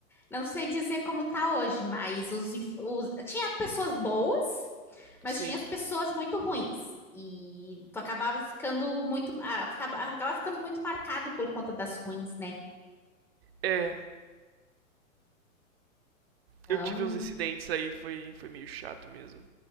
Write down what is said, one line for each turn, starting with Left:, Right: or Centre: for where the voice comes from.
Centre: não sei dizer como tá hoje, mas os, os- tinha pessoas boas, mas
Right: Sim,
Centre: tinha as pessoas muito ruins. E tu acabava ficando muito, ah, acabava ficando muito marcado por conta das ruins, né?
Right: é,
Centre: Então,
Right: eu tive uns incidentes aí, foi, foi meio chato mesmo.